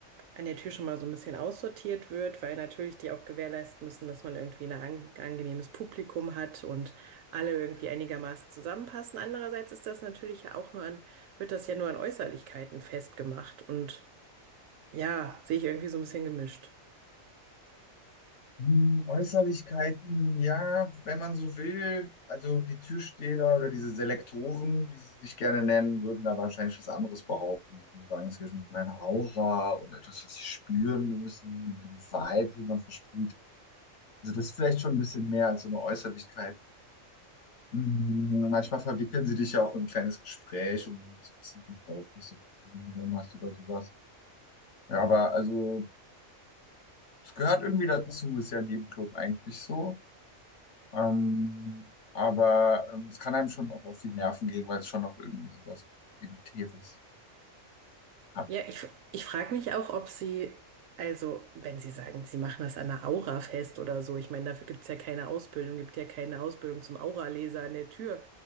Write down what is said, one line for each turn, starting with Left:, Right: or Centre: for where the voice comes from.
Right: an der Tür schon mal so ein bisschen aussortiert wird, weil natürlich die auch gewährleisten müssen, dass man irgendwie ein an angenehmes Publikum hat und alle irgendwie einigermaßen zusammenpassen. Andererseits ist das natürlich ja auch nur an, wird das ja nur an Äußerlichkeiten festgemacht und ja, sehe ich irgendwie so ein bisschen gemischt.
Left: Hm, Äußerlichkeiten, ja, wenn man so will. Also die Türsteher oder diese Selektoren, wie sie sich gerne nennen, würden da wahrscheinlich was anderes behaupten. Die würden sagen, es geht um eine Aura und etwas, was sie spüren müssen und den Vibe, den man versprüht. Also das ist vielleicht schon ein bisschen mehr als so eine Äußerlichkeit. Hm, Manchmal verwickeln sie dich ja auch in ein kleines Gespräch, um zu wissen, wie du drauf bist, ob du Drogen genommen hast oder sowas. Ja, aber also es gehört irgendwie dazu, ist ja ein Nebenclub eigentlich so. Ähm, aber ähm, es kann einem schon auch auf die Nerven gehen, weil es schon noch irgendwie sowas Elitäres hat.
Right: Ja, ich, ich frage mich auch, ob sie, also wenn sie sagen, sie machen das an einer Aura fest oder so, ich meine, dafür gibt's ja keine Ausbildung, gibt ja keine Ausbildung zum Auraleser an der Tür.